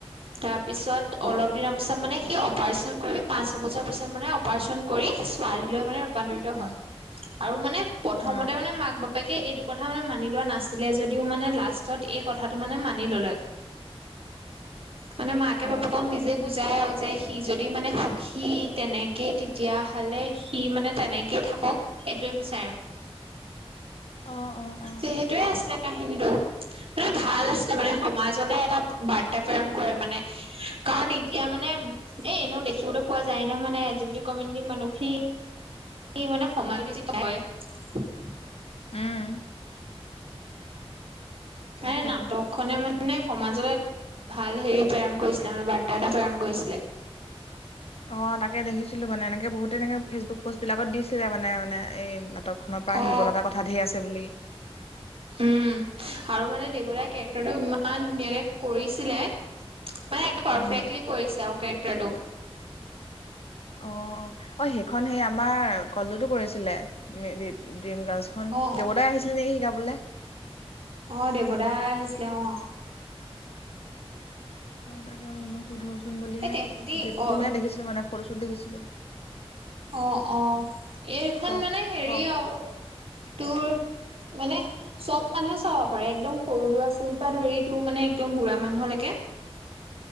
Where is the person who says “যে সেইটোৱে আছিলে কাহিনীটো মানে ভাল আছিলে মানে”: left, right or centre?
Right